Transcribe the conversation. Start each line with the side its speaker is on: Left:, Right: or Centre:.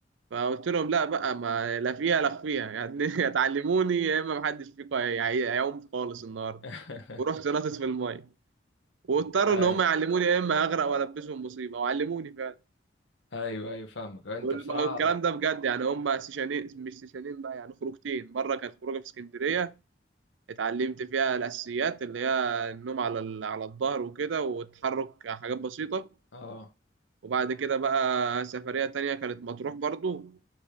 Right: فقلت لهم لا بقى ما لا فيها لا فيها يعني <laughs> يا تعلموني يا اما محدش فيكم هي- هي- هيعوم خالص النهارده
Left: <laughs>
Right: ورحت نطت في الميه واضطروا
Left: ايوه
Right: ان هم يعلموني يا اما هغرق والبسهم مصيبه وعلموني فعلا
Left: ايوه ايوه فاهمك أه، انت
Right: وال-
Left: بصراحه
Right: والكلام ده بجد يعني هم سيشانين مش سيشانين بقى يعني خروجتين مره كانت خروجه في اسكندريه اتعلمت فيها الاساسيات اللي هي النوم على ال- على الظهر وكده والتحرك حاجات بسيطه
Left: اه
Right: وبعد كده بقى سفريه تانية كانت مطروح برضو